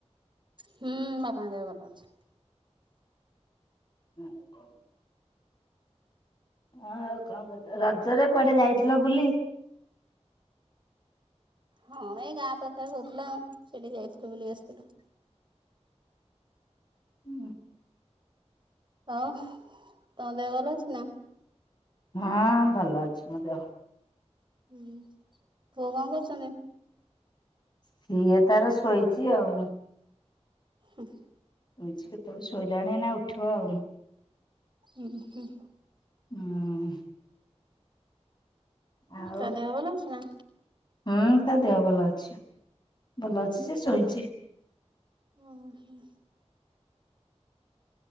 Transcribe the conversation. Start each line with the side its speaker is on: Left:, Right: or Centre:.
Right: ହୁଁ ବାପା ଙ୍କ ଦେହ ଭଲ ଅଛି।
Left: <inaudible> ଆଉ କଁ କହୁଚ ରଜରେ କୁଆଡେ ଯାଇଥିଲ ବୁଲି।
Right: ହଁ, ଏଇ ଗାଁ ପାଖରେ ହଉଥିଲା ସେଇଠିକି ଯାଇଥିଲୁ ବୁଲିକି ଆସିଥିଲୁ।
Left: <inaudible>
Right: ହଁ ତମ ଦେହ ଭଲ ଅଛି ନା।
Left: ହଁ, ଭଲ ଅଛି ମୋ ଦେହ।
Right: ହୁଁ ପୁଅ କଁ କରୁଛନ୍ତି?
Left: ସିଏ ତାର ଶୋଇଛି ଆଉ।
Right: ହୁଁ।
Left: ଶୋଇଛି କେତେବେଳୁ ଶୋଇଲାଣି ଏଇନା ଉଠିବ ଆଉ।
Right: ଉଁ, ହୁଁ।
Left: ଉଁ। ଆଉ
Right: ତା ଦେହ ଭଲ ଅଛି ନା।
Left: ହୁଁ ତା ଦେହ ଭଲ ଅଛି ଭଲ ଅଛି ସେ ଶୋଇଛି।
Right: ଉଁ ହୁଁ।